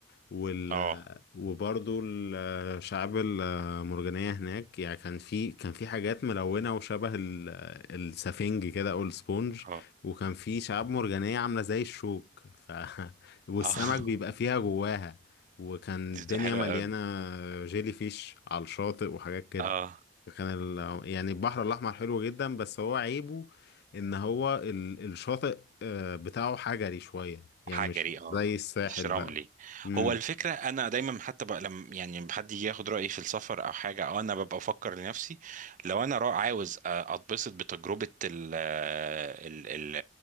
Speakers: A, on the left; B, on the right.
A: وال
B: اه
A: وبرضو الشعاب المرجانية هناك يعني كان في كان في حاجات ملونة وشبه ال- السفنج كده أو السبونج
B: اه
A: وكان في شعاب مرجانية عاملة زي الشوك ف... <laughs> والسمك
B: اه
A: بيبقى
B: <laughs>
A: فيها جواها وكان
B: دي
A: الدنيا
B: بتبقى حلوة
A: مليانة
B: قوي
A: جيلي فيش على الشاطئ وحاجات كده
B: اه
A: كان ال... يعني البحر الأحمر حلو جدا بس هو عيبه إن هو ال... الشاطئ آه، بتاعه حجري شوية يعني
B: حجري
A: مش زي
B: اه
A: الساحل
B: مش رملي
A: بقى امم
B: هو الفكرة أنا دايما حتى بقى لما يعني لما حد يجي ياخد رأيي في السفر أو حاجة أو أنا ببقى أفكر لنفسي لو أنا را عاوز أ- أتبسط بتجربة ال ال ال